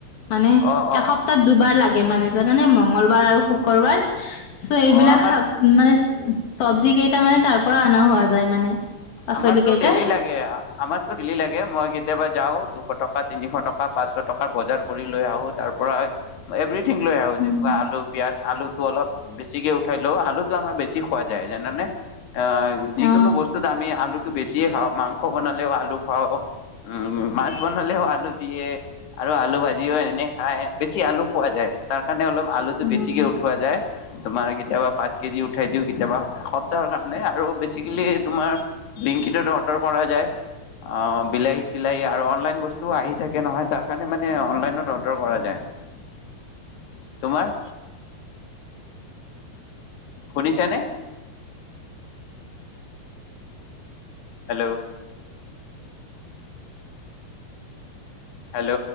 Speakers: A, on the left; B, on the left.
A: মানে
B: অ', অ',
A: এসপ্তাহত দুবাৰ লাগে মানে জানানে মংগলবাৰ আৰু শুকুৰবাৰ চ' এইবিলাক
B: অ', আমাৰ
A: মানে চব্জি কেইটা মানে তাৰ পৰা অনা হোৱা যায় মানে পাচলি
B: আমাৰতো
A: কেইটা
B: ডেলি লাগে আমাৰতো ডি লাগে মই গেদ বাজ যাওঁ দুশ টকা তিনিশ টকা পাঁচশ টকা বজাৰ কৰি লৈ আহো তাৰ পৰাৰা এভ ঠ লৈ আহো
A: উম
B: যেনেকুৱা আলু পিয়য়াজ আলুটো অলপ বেছিকে উঠাই লও আলুটো আমাৰ বেছি খোৱা যায় যেনে আহ যিকোনো
A: অ
B: বস্তু আমি আলুটো বেছিয়ে খাওঁ মাংস বনালেও আলু খাওঁ উম মাছ বনালেও আলু দিয়ে আৰু আলু ভাজিও এনে খাই বেছি আলু খোৱা যায় তাৰ কাৰণে অলপ আলুটো
A: উম
B: বেছিকে উঠওোৱা যায় তোমাৰ কেতিয়াবা পাঁচ কেজি উঠাই দিও কেতিয়াবা এসপ্তাহৰ কাৰণে আৰু বেচিকেলি তোমাৰ লিংকিতত অৰ্ডাৰ কৰা যায় আহ বিলাহী চিলাহী আৰু অনলাইন বস্তু আহি থাকে নহয় তাৰ কাৰণে মানে অনলাইনত অৰ্ডাৰ কৰা যায় তোমাৰ শুনি চানে হেল্ল' হেল্ল'